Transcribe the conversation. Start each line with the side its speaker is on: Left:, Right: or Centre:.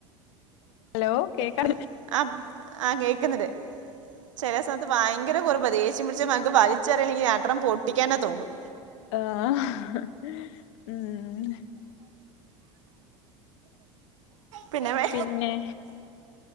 Left: ഹലോ കേക്കാ
Right: ഹലോ ആ ആ കേൾക്ന്ന്ണ്ട് ചെലേ സമയത്ത് ഭയങ്കര ഒരു പ്പൊ ദേഷ്യം പിടിച്ചാ പ്പൊ അൻക്ക് വൽച്ചെറ്യല്ലെങ്കി രണ്ട്രണം പൊട്ടിക്കാന് തോന്നും
Left: ആഹ് ഹ് മ് മ്
Right: പിന്നെ വേ
Left: പിന്നെ